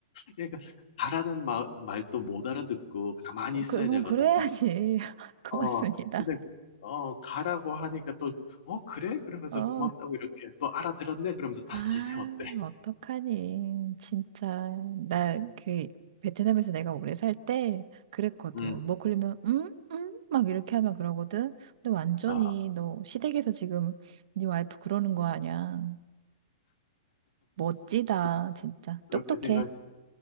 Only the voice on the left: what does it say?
그러니까 가라는 말 말도 못 알아듣고 가만히
있어야
되거든.
어. 근데 어 가라고 하니까 또 "어 그래?" 그러면서
고맙다고 이렇게 "너 알아들었네?" 그러면서 다시
세웠대.
<laughs> 음.
아
그래서
그렇게
생각할 수